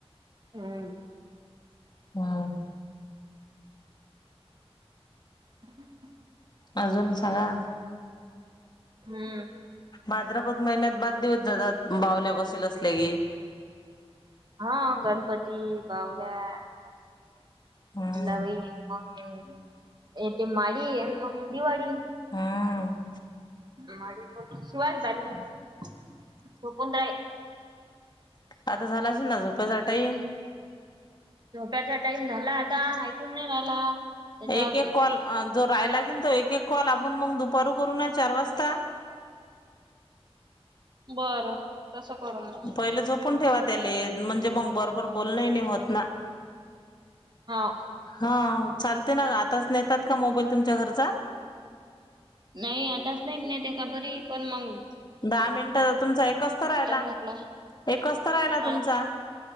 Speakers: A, on the right (about 45°); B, on the left (about 45°).
A: हम्म
B: हां.
A: हम्म <inaudible>
B: अजून सांगा,
A: हम्म.
B: भाद्रपद महिन्यात बाद दिवस जातात, बावल्या बसेल असल्या की,
A: हा, गणपती, बावल्या,
B: हम्म
A: भलावई मग, ते माडी आणि मंग दिवाळी.
B: हम्म.
A: माडी. शिवास धान, झोपून राय.
B: आता झाला असल ना झोपायचा टाईम.
A: झोप्याचा टाइम झाला आता, ऐकून नाही राहिला. त्याच्या
B: एक एक कॉल, जो राहाय लागेल तो एक एक कॉल, आपण मग दुपारी करूया ना, चार वाजता.
A: बरं. तसं करु म.
B: पहिले झोपून ठेवा त्याले, म्हणजे मग बर वर बोलणं हि नाही होत ना.
A: हाव
B: हा चालते ना, आताच नेतात का मोबाईल तुमच्या घरचा.
A: नाही, आताच नाहीे नेतय का बरी, पण मंग
B: दहा मिनिट त तुमचा एकच तर राहिला,
A: म्हटलं
B: एकच तर राहिला
A: हा
B: तुमचा.